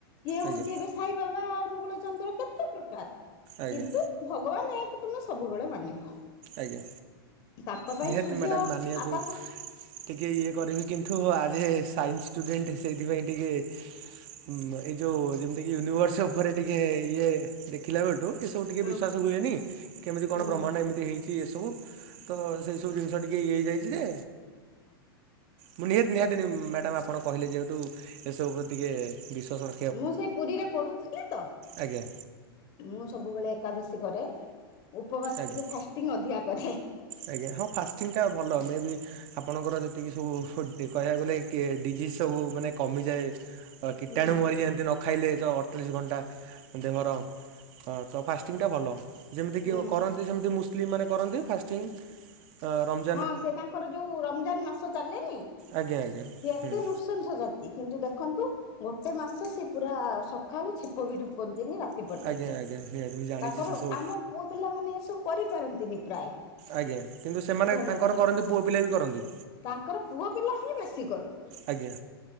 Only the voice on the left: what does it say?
କିଏ
ହଉଛି ବେ ସାଇବା ବା ଅନୁଗୂଳ ଚନ୍ଦ୍ର କେତେ ପ୍ରକାର
କିନ୍ତୁ ଭଗବାନ ଏୟାକୁ ତୁମେ ସବୁବେଳେ ମାନିବ।
ତାଙ୍କ ପାଇଁ
ସୂର୍ଯ୍ୟ
ଆକାଶ
ହଁ
ହୁଁ
ମୁଁ ସେଇ ପୁରୀରେ ପଢୁଥିଲି ତ
ମୁଁ ସବୁବେଳେ ଏକାଦଶୀ କରେ ଉପବାସ
ଟିକେ ଫାଷ୍ଟିଙ୍ଗ୍ ଅଧିକା କରେ।
ହୁଁ
ହୁଁ
ହଁ ସେ ତାଙ୍କର ଯୋଉ ରମ୍ଜାନ୍ ମାସ ଚାଲେନି ସିଏ
ଏତେ
ନୃ ସଶଂ ଜାତି କିନ୍ତୁ ଦେଖନ୍ତୁ ଗୋଟେ ମାସ ସିଏ ପୁରା ସକାଳୁ ଛିପ ବି ଢୁକନ୍ତିନି ରା ତି ପର୍ଯ୍ୟନ୍ତ
ତାଙ୍କର
ଆମ ପୁଅ ପିଲାମାନେ ଏସବୁ କରିପାରନ୍ତି ନି ପ୍ରାୟେ।
ମରସ
ତାଙ୍କର ପୁଅ ପିଲା ହିଁ ବେଶୀ କରନ୍ତି।